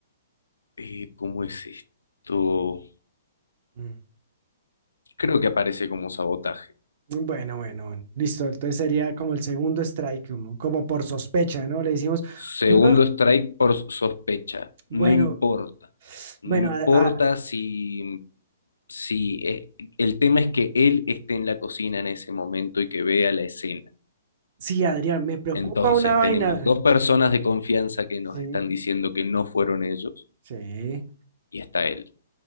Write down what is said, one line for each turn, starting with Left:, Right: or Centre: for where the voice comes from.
Left: eh, ¿cómo es esto?
Right: mm.
Left: Creo que aparece como sabotaje.
Right: Bueno, bueno, bueno. Listo. Entonces sería como el segundo strike, como, como por sospecha, ¿no? Le decimos,
Left: Segundo
Right: no,
Left: strike por sospecha.
Right: bueno,
Left: No importa. No
Right: bueno,
Left: importa
Right: a- a-
Left: si, si eh, el tema es que él esté en la cocina en ese momento y que vea la escena.
Right: sí, Adrián, me preocupa
Left: Entonces
Right: una vaina.
Left: tenemos dos personas de confianza que nos
Right: Sí,
Left: están diciendo que no fueron ellos
Right: sí.
Left: y está él.